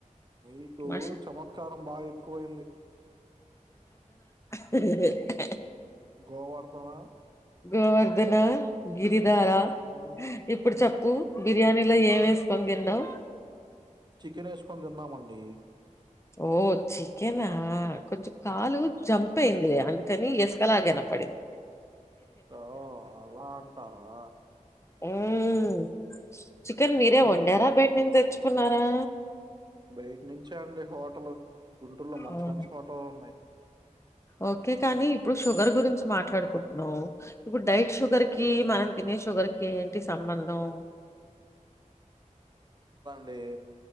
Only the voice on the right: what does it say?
మీకు
చమత్కారం బాగా ఎక్కువయింది
గోవర్ధనా
ఉమ్.
చికెన్ ఎసుకోని తిన్నమం డి
ఓ అలా అంటారా
ఉమ్,
బయటి నుంచే అండి హోటల్ గుంటూరులో మంచి
మంచి హోటళ్లు ఉన్నాయి
అంటే.